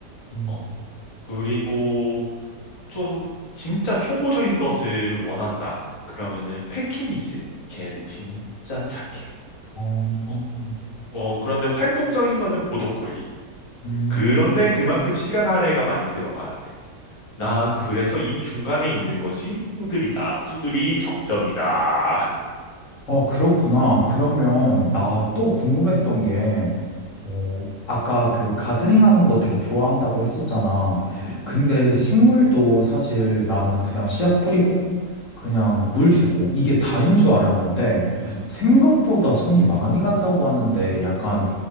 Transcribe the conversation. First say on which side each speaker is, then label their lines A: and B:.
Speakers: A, on the left; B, on the left.
A: 음.
B: 어 그리고 좀 진짜 초보적인 것을 원한다. 그러면은 패키니즈. 걔네들 진짜 착해.
A: 어,
B: 어, 어, 그런데 활동적인 거는 보더콜리.
A: 음,
B: 그런데 그만큼 시간 할애가 많이 들어가야 돼. 난
A: 음.
B: 그래서 이 중간에 있는 것이 푸들이다. 푸들이 정점이다.
A: 어, 그렇구나. 그러면
B: 음,
A: 나 또 궁금했던 게, 어, 아까 그 가드닝 하는 거 되게 좋아한다고 했었잖아.
B: 음, 음, 음,
A: 근데 식물도 사실 나는 그냥 씨앗 뿌리고, 그냥
B: 음,
A: 물 주고, 이게 다인 줄 알았는데,
B: 음.
A: 생각보다 손이 많이 간다고 하는데, 약간